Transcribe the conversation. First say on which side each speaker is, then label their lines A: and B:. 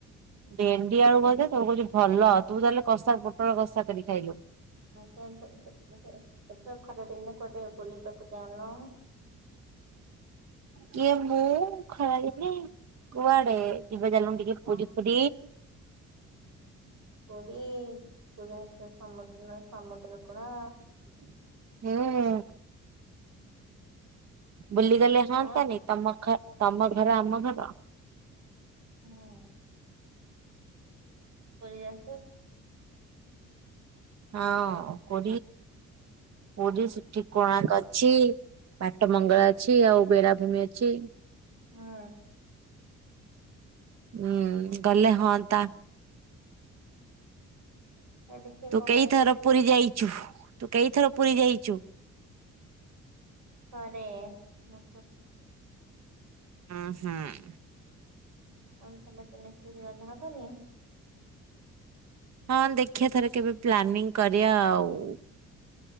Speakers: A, on the right; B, on the right.
A: ଭେଣ୍ଡି ଆଳୁ କଛି ତମ କହୁଛି ଭଲ ତୁ ତାହେଲେ କଷା ପୋଟଳ କଷା କରି ଖାଇଲୁ।
B: ହୁଁ ଖରା ଦିନେ କୁଆଡେ ବୁଲିବାକୁ ଯାଉନ?
A: କିଏ ମୁଁ ଖଳାଳିିନି କୁଆଡେ ଯିବା ଜାଲ ଟିକେ
B: ହଁ
A: ପୁରୀ ପୁ
B: ପୁରୀ ପୁର ସମୁଦ୍ର ନ ସମୁଦ୍ର କୂଲ।
A: ହଁ ବୁଲିଗଲେ ହଅନ୍ତାନି
B: ହଁ
A: ତମ ତମ ଘର ଆମ ଘର।
B: ହୁଁ ପର ତ
A: ହଁ ପୋ ପୋ ସେଠି କଣ ଅଛି? ପାଟ ମଙ୍ଗଳା ଅଛି ଆଉ ବେରାଭୂମି ଅଛି।
B: ହଁ
A: ହୁଁ ଗଲେ ହଁ ତା
B: ଦେଖି
A: ତୁ
B: ମୋ
A: କେଇ
B: ମାରିକି
A: ଥର
B: ଯିବ
A: ପୁରୀ ଯାଇଛୁ ତୁ କେଇଥର ପୁରୀ ଯାଇଛୁ?
B: ଥରେ ମ।
A: ହଁ ହଁ
B: ଆଉ ସମସ୍ତେ ମିଶିକି ଗଲେ ହବନି।
A: ହଁ ଦେଖିବା ଥରେ କେବେ ପ୍ଲାନିଂ କରିବା ଆଉ।